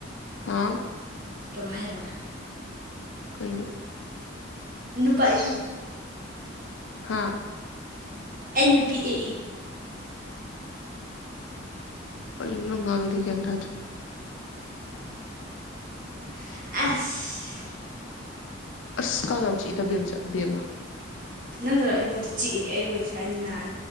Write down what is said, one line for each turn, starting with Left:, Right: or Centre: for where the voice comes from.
Left: ꯍꯥꯥꯎ
Right: ꯀꯃꯥꯏ ꯍꯥꯏꯍꯧꯔꯦ
Left: ꯀꯩꯩꯅꯣ
Right: ꯅꯨꯄꯥꯥꯏ
Left: ꯍꯥꯥ
Right: ꯑꯩꯩ ꯅꯨ ꯄꯤ ꯑꯦ ꯏ
Left: ꯀꯩꯟ ꯅꯪ ꯉꯥꯡꯉꯤꯗꯣ ꯑꯩ ꯒ꯭ꯌꯥꯟ ꯇꯥꯗ꯭ꯔꯦ
Right: ꯑꯁ
Left: ꯑꯁ ꯀꯥꯡ ꯌꯥꯝ ꯆꯤꯛꯏꯗ ꯕꯦꯝꯆ ꯕꯦꯝꯃꯥ
Right: ꯅꯪꯗꯔꯣ ꯑꯩꯕꯧꯗ ꯆꯤꯛꯏ ꯑꯩꯕꯧꯗ ꯁꯨꯃꯥꯢꯟ ꯅꯥꯟ